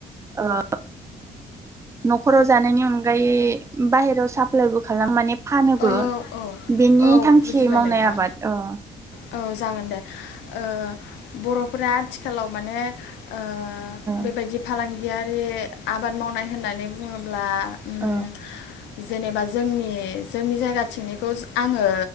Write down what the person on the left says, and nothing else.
औ औ
औ
बुजिबाय
नोंथां
औ जागोन दे। ओ बर' फोरा आथिखालाव माने ओ बेबायदि
फालां गियारि आबाद मावनाय होननानै बुङोब्ला उम
जेनेबा जोंनि जोंनि जायगाथिंनिखौ आङो